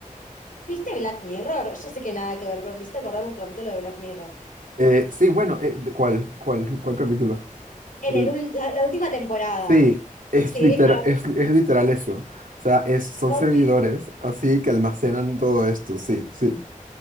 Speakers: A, on the left; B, on the right.
A: ¿Viste Black Mirror? Yo sé que nada que ver, pero me hiciste acordar un capítulo de Black Mirror.
B: Eh, sí, bueno, eh, ¿cuál, cuál, cuál capítulo?
A: En
B: El-
A: el ult- la última temporada.
B: sí, es,
A: Sí,
B: liter- es, es literal eso. O sea, es, son
A: ok.
B: servidores, así que almacenan todo esto, sí, sí,